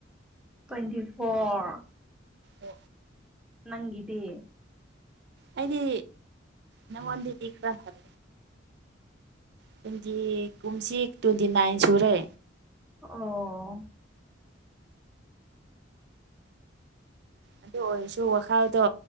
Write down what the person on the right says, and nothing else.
ꯎ
ꯑꯩꯗꯤ ꯅꯪꯉꯣꯟꯗꯒꯤ ꯈ꯭ꯔꯥ ꯍꯟ ꯇ꯭ꯋꯦꯟꯇꯤ ꯀꯨꯝꯁꯤ ꯇ꯭ꯋꯦꯟꯇꯤ ꯅꯥꯏꯟ ꯁꯨꯔꯦ꯫
ꯑꯗꯨ ꯑꯣꯏꯔꯁꯨ ꯋꯥꯈꯜꯗꯣ